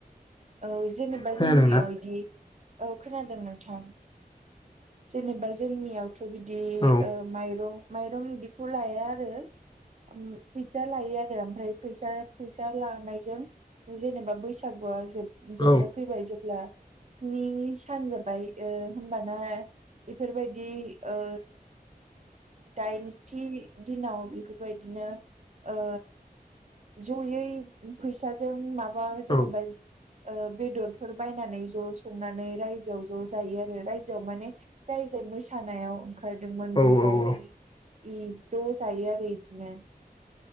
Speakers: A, on the right (about 45°); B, on the left (about 30°).
A: औ जेनेबा
B: खोनादोंना
A: जोंनियाव इदि औ खोनादों नोंथां । जेनेबा जोंनियावथ' बिदि
B: औ
A: ओ माइरं माइरं बिदिखौ लाया आरो । उम फैसा लायो आरो ओमफ्राय फैसा फैसा लानायजों जेनेबा बैसागुआ जोब जोबनो
B: औ
A: फैबाय जेब्ला स्नि सान जोबबाय ओ होनबाना इफोरबायदि ओ दाइनथि दिनाव बेफोरबायदिनो ओ जयै फैसा जों माबा जेनेबा
B: औ
A: ओ बेदरफोर बायनानै ज' संनानै रायजोआव ज' जायो आरो रायजोआव माने जाय जाय मोसानायाव ओंखारदोंमोन
B: औ
A: ग्रुपाव
B: औ औ
A: इ इ ज' जायो आरो इदिनो ।